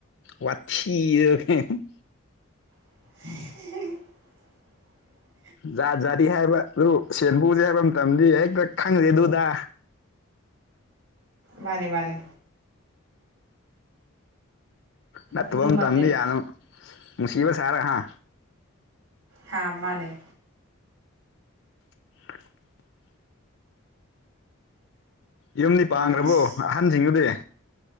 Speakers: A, on the left; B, on the right.
A: ꯋꯥꯊꯤꯗꯣ <unintelligible> ꫰꫰
B: <unintelligible> <unintelligible>
A: ꯖꯥꯠ ꯖꯥꯠꯗꯤ ꯍꯥꯏꯕ ꯑꯗꯨ ꯁꯦꯟꯕꯨꯁꯦ ꯍꯥꯏꯕ ꯃꯇꯝꯗꯤ ꯍꯦꯛꯇ ꯈꯪꯗꯦ ꯑꯗꯨꯗ꯫
B: ꯃꯥꯅꯦ ꯃꯥꯅꯦ꯫
A: ꯅꯇꯣꯝ
B: ꯑꯗꯨꯃꯛꯅꯦꯕ
A: ꯇꯝꯕ ꯌꯥꯅꯕ ꯅꯨꯡꯁꯤꯕ ꯁꯥꯔꯒ ꯍꯥ꯫
B: ꯍꯥꯥ ꯃꯥꯅꯦ꯫
A: <inaudible> ꯌꯨꯝꯗꯤ ꯄꯥꯡꯈ꯭ꯔꯕꯣ
B: ꯑꯁ
A: ꯑꯍꯟꯁꯤꯡꯗꯨꯗꯤ꯫